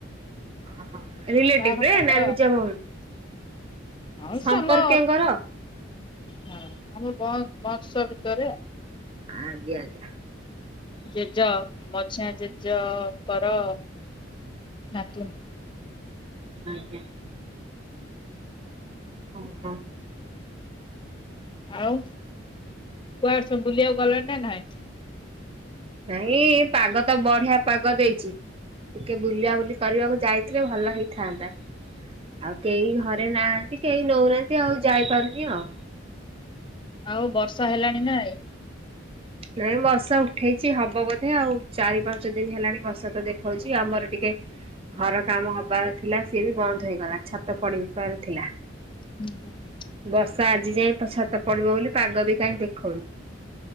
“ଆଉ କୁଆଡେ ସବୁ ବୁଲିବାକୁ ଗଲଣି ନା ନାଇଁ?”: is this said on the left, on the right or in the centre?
Left